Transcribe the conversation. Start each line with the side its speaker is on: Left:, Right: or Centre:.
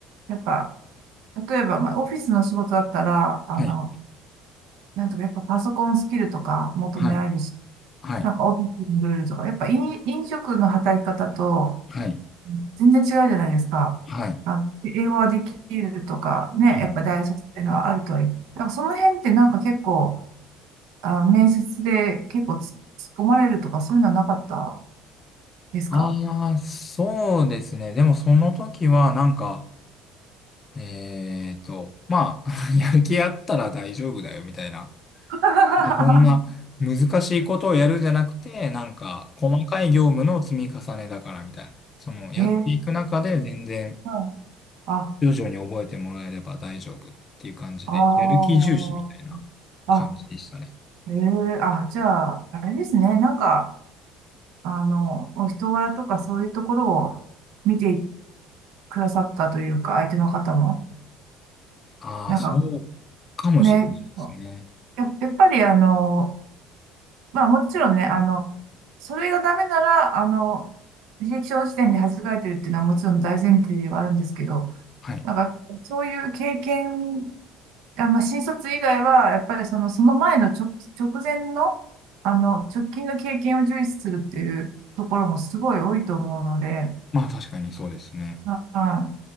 Right: やっぱ、例えば、まあ、オフィスの仕事だったら、あの、
Left: はい。
Right: なんとかやっぱパソコンスキルとか求められるし、
Left: はい。はい。
Right: なんかオフィスのルールとか、やっぱ飲、飲食の働き方と
Left: はい。
Right: 全然違うじゃないですか。
Left: はい。
Right: あの、英語はできるとか、ね、
Left: はい
Right: やっぱ大卒っていうのはあるといいなんかその辺ってなんか結構、あの、面接で結構つ突っ込まれるとかそういうのはなかったですか
Left: ああ、そうですね。でもその時はなんか、えーと、まあ、<laughs> やる気あったら大丈夫だよみたいな。
Right: <laughs> は
Left: でそんな難しいことをやるんじゃなくて、なんか細かい業務の積み重ねだからみたいな。そのやっていく中で全然
Right: い。へえ、はいあ、あ
Left: 徐々に覚えてもらえれば大丈夫っていう感じで、
Right: あ、
Left: やる気重視みたいな感じでしたね。
Right: あ、ええあ、じゃあ、あれですね。なんか、あの、お人柄とかそういうところを見てくださったというか、相手の方も。
Left: ああ、
Right: なんか
Left: そうかもしれないですね。
Right: ね、や、やっぱりあの、まあもちろんね、あの、それがダメなら、あの、履歴書の時点で弾かれてるっていうのはもちろん大前提ではあるんですけど、
Left: はい。
Right: なんか、そういう経験あ、まあ、新卒以外は、やっぱりその、その前の直、直前の、あの、直近の経験を重視するっていうところもすごい多いと思うので、
Left: まあ確かにそうですね。
Right: は